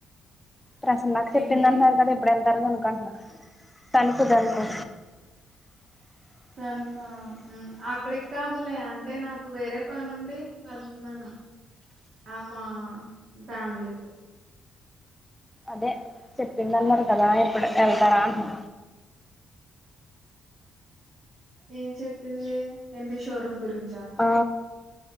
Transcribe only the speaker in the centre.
ప్రసన్నాకు చెప్పింద
అంటన్నారు కదా ఎప్పుడు ఎళ్తారో కను కంట్నా కనుక్కొ కనుక్కొ
అదే చెప్పింద అన్నారు కదా ఎప్పుడు వెళ్తారా అంట్నా
ఆ